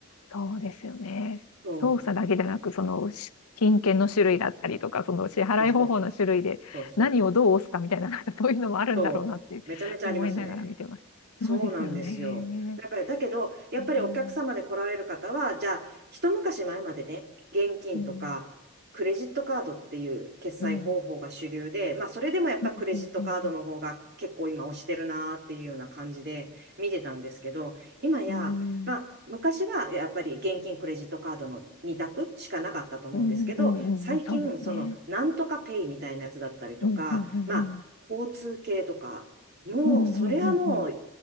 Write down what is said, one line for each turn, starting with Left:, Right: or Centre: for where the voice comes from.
Left: そうですよね。
Right: そ
Left: 操作だけじゃなく、その、し金券の種類だったりとか、その支払い方法の種類で何をどう押すかみたいな、
Right: う、そうそう、そうそう、
Left: なんかそういうのもあるんだろうなって思いながら見てます。
Right: そう、めちゃめちゃありますね。そうなんですよ。
Left: そうですよね。
Right: だから、だけど、やっぱりお客様で来られる方は、
Left: うん、
Right: じゃあ、一昔前までね、現金とか、
Left: うん、
Right: クレジットカードっていう決済方法が主流で、
Left: うん、
Right: まあ、それでもやっぱクレジットカードの方が結構今押してるなーっていうような感じで見てたんですけど、
Left: うん、うん、うん、
Right: 今や、
Left: うん、
Right: まあ、昔はやっぱり現金、クレジットカードの二択しかなかったと思うんですけど、
Left: うん、うん、うんうんそうですね。
Right: 最近、その、なんとかペイみたいなやつだったりとか、
Left: うん、うん、うん、
Right: まあ、
Left: うん、
Right: 交通系とか、もう、
Left: うん、うん、
Right: それはもう、
Left: うん、うん。